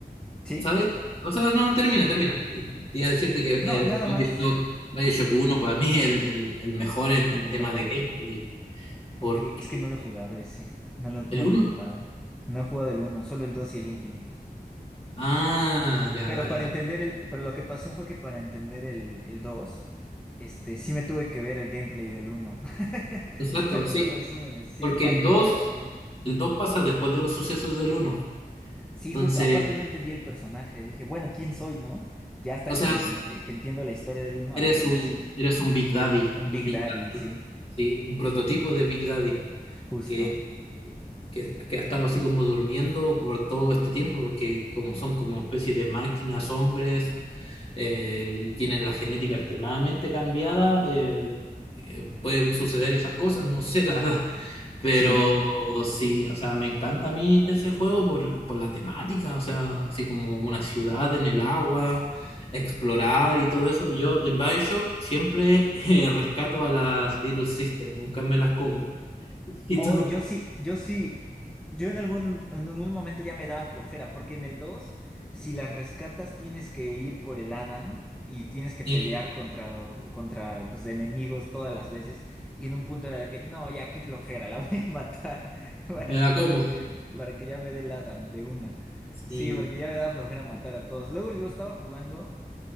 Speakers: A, in the centre; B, on the left.
A: sí,
B: sabes, o sea, no, termina, termina. Te te iba a decirte que eh,
A: no, nada
B: BioShock,
A: más
B: BioShock uno para mí el, el, el mejor en, en
A: el
B: tema
A: mejor.
B: de gameplay,
A: o
B: porque
A: que es que no lo he jugado ese, no lo,
B: el
A: no lo
B: uno
A: he jugado. No he jugado el uno, solo el 2 y el Infinite.
B: Ah, ya,
A: Pero
B: dale,
A: para
B: dale.
A: entender el, pero lo que pasó fue que para entender el, el 2, este, sí me tuve que ver el gameplay del uno <laughs>
B: Exacto,
A: Y también
B: sí,
A: los resúmenes, sí,
B: porque
A: para
B: el
A: entenderlo
B: dos,
A: bien.
B: el 2 pasa después de los sucesos del uno.
A: Sí,
B: Entonces,
A: justo, aparte no entendí el personaje, dije, bueno, ¿quién soy, no? Ya hasta
B: o sea,
A: que, me- eh, que entiendo la historia del uno
B: eres
A: ah, bueno,
B: un,
A: ya sé.
B: eres un Big Daddy,
A: Un Big
B: un Big
A: Daddy,
B: Daddy,
A: sí,
B: sí, un prototipo de Big Daddy
A: justo.
B: que, que, que ha estado así como durmiendo por todo este tiempo, porque como son como especie de máquinas, hombres, eh, y tienen la genética extremadamente cambiada, eh, eh, pueden suceder esas cosas, no sé, la verdad. <laughs> Pero
A: Sí.
B: sí, o sea, me encanta a mí ese juego por, por la temática, o sea, así como una ciudad en el agua, explorar y todo eso. Yo en BioShock siempre <laughs> eh, rescato a las Little Sisters, nunca me las como. <laughs> ¿Y
A: Oh,
B: tú?
A: yo sí, yo sí, yo en algún, en algún momento ya me daba flojera, porque en el dos si las rescatas, tienes que ir por el Adam y tienes que pelear
B: Sí,
A: contra, contra pues, enemigos todas las veces. Y en un punto era de que, no, ya qué flojera, la <laughs> voy a matar <laughs> para
B: me la
A: que ya
B: como.
A: me dé, para que ya me dé el Adam de una.
B: Sí,
A: Sí, porque ya me daba flojera matar a todos. Luego lo estaba jugando.